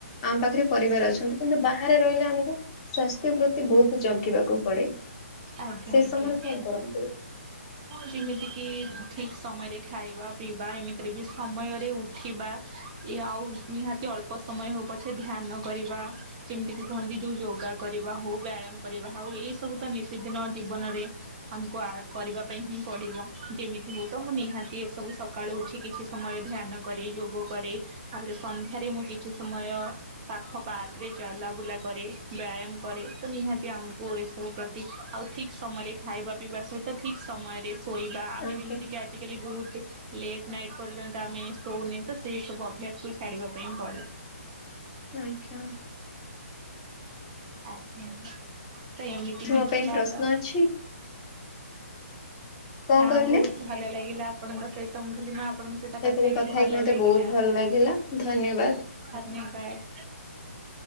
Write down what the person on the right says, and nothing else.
ଆଜ୍ଞା
ଆଜ୍ଞା
ହଁ ଯେମିତି କିି ଠିକ ସମୟରେ ଖାଇବା, ପିଇବା ଏମିତିରେ ବି ସମୟରେ ଉଠିବା। ଇ ଆଉ ନିହାତି ଅଳ୍ପ ସମୟ ହଉ ପଛେ ଧ୍ୟାନ କରିବା, ଯେମିତି କି କହନ୍ତି ଯୋଉ ଯୋ କରିବା ହଉ ବ୍ୟାୟାମ କରିବା ହଉ, ଏଇ ସବୁ ତ ନିତିଦିନ ଜୀବନରେ ଆମକୁ ଆଡ୍ କରିବା ପାଇଁ ହିଁ ପଡିବ, ଯେମିତି ହଉ ତ ମୁଁ ନିହାତି ଏସବୁ ସକାଳୁ ଉଠି କିଛି ସମୟ ଧ୍ୟାନ କରେ ଯୋଗ କରେ ତାପରେ, ସନ୍ଧ୍ୟାରେ ମୁଁ କିଛି ସମୟ ପାଖ ପାର୍କ ରେ ଚଲାବୁଲା କରେ ବ୍ୟା ବ୍ୟାୟାମ କରେ ତ ନିହାତି, ଆମକୁ ଏସବୁ ପ୍ରତି ଆଉ ଠିକ ସମୟରେ ଖାଇବା ପିଇବା ସହିତ ଠିକ ସମୟରେ ଶୋଇବା, ଆମେ
ଯେମିତିକି ଆଜିିକାଲି ବହୁତ ଲେଟ୍ ନାଇଟ୍ ପର୍ଯ୍ୟନ୍ତ ଆମେ ଶୋଉନେ ତ ସେଇ ସବୁ ଅଭ୍ୟାସକୁ ଛାଡ଼ିବା ପାଇଁ ପଡେ।
ଆଜ୍ଞା ତ ଏମିତି
ହିଁ ଥିଲା
ତ
ନା
ବହୁତ ଭଲ ଲାଗିଲା ଆପଣଙ୍କ ସହି ତ ମୁ କହିଲି ନା ଆପଣଙ୍କ ସହିତ କଥା
ହେଇକି ଭଲ
ଲାଗିଲା।
ଧନ୍ୟବାଦ।